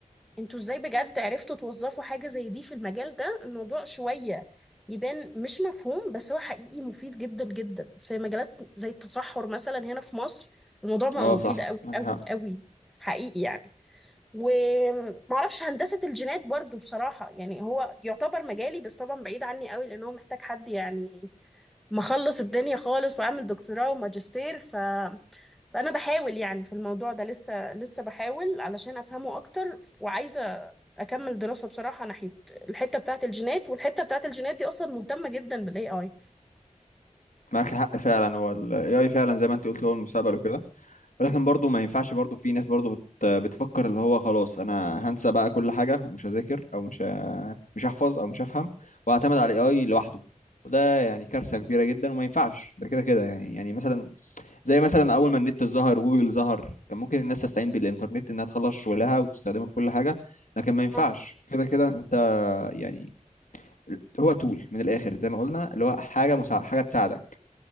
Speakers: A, in the centre; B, on the left.
A: أنتوا إزاي بجد عرفتوا توظفوا حاجة زي دي في المجال ده الموضوع شوية يبان مش مفهوم بس هو حقيقي مفيد جدا جدا في مجالات زي التصحر مثلا هنا في مصر الموضوع بقى
B: اه
A: مفيد
B: صح
A: قوي
B: معاك
A: قوي
B: حق
A: قوي حقيقي يعني ومعرفش هندسة الجينات برضو بصراحة يعني هو يعتبر مجالي بس طبعا بعيد عني قوي لأن هو محتاج حد يعني مخلص الدنيا خالص وعامل دكتوراه وماجستير ف... فأنا بحاول يعني في الموضوع ده لسه لسه بحاول علشان أفهمه أكتر وعايزة أكمل دراسة بصراحة ناحية الحتة بتاعة الجينات والحتة بتاعة الجينات دي أصلا مهتمة جدا بال AI
B: معاك حق فعلا هو ال AI فعلا زي ما انت قلت هو المستقبل وكده ولكن برضو ما ينفعش برضو في ناس برضو بت بتفكر اللي هو خلاص انا هنسى بقى كل حاجة ومش هذاكر او مش ه- مش هحفظ او مش هفهم واعتمد على ال AI لوحده وده يعني كارثة كبيرة جدا وما ينفعش ده كده كده يعني يعني مثلا زي مثلا اول ما النت ظهر جوجل ظهر كان ممكن الناس تستعين بالانترنت انها تخلص شغلها وتستخدمه في كل حاجة لكن ما ينفعش
A: اه
B: كده كده انت يعني هو تول من الاخر زي ما قلنا اللي هو حاجة مساعدة حاجة تساعدك